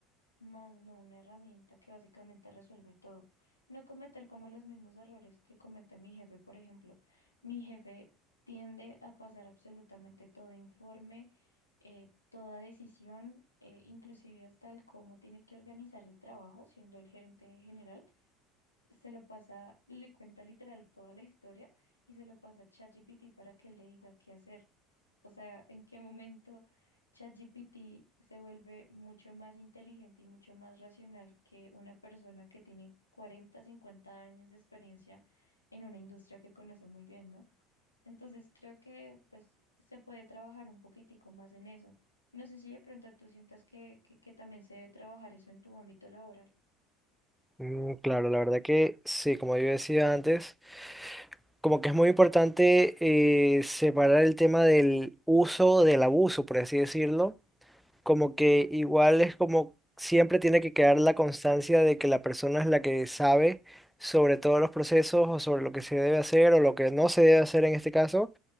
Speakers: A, on the left; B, in the centre.
A: más no una herramienta que básicamente resuelve todo. No cometer como los mismos errores que comete mi jefe, por ejemplo. Mi jefe tiende a pasar absolutamente todo informe, eh, toda decisión, eh, inclusive hasta el cómo tiene que organizar el trabajo, siendo el gerente general se lo pasa, le cuenta literal toda la historia y se lo pasa a ChatGPT para que le diga qué hacer. O sea, en qué momento ChatGPT se vuelve mucho más inteligente y mucho más racional que una persona que tiene 40 50 años de experiencia en una industria que conoce muy bien, ¿no? Entonces creo que pues se puede trabajar un poquitico más en eso. No sé si de pronto tú sientas que, que que también se debe trabajar eso en tu ámbito laboral.
B: Mm, claro, la verdad que sí, como yo decía antes, como que es muy importante eh, separar el tema del uso del abuso, por así decirlo como que igual es como siempre tiene que quedar la constancia de que la persona es la que sabe sobre todos los procesos o sobre lo que se debe hacer o lo que no se debe hacer en este caso